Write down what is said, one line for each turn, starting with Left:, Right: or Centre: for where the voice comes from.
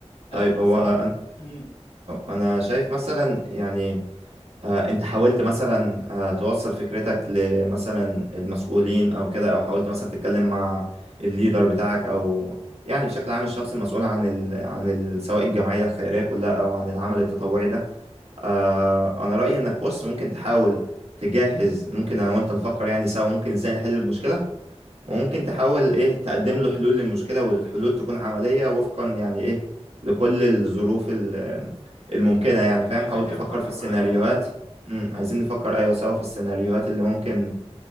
Right: طيب
Left: او مثلا
Right: هو أنا
Left: امم
Right: أنا شايف مثلا يعني آه، انت حاولت مثلا آه، توصل فكرتك لمثلا المسؤولين او كده او حاولت مثلا تتكلم مع الليدر بتاعك او يعني بشكل عام الشخص المسؤول عن ال... عن ال... سواء الجمعية الخيرية كلها او عن العمل التطوعي ده آه، انا رأيي انك بص ممكن تحاول تجهز ممكن انا وانت نفكر يعني سوا ممكن ازاي نحل المشكلة وممكن تحاول ايه تقدم له حلول للمشكلة والحلول تكون عملية وفقا يعني ايه لكل الظروف ال- الممكنة يعني فاهم
Left: ما أنا عشان
Right: حاول
Left: كده
Right: تفكر
Left: بفكر
Right: في السيناريوهات
Left: معاك اهو
Right: امم عايزين نفكر ايوه سوا في السيناريوهات اللي ممكن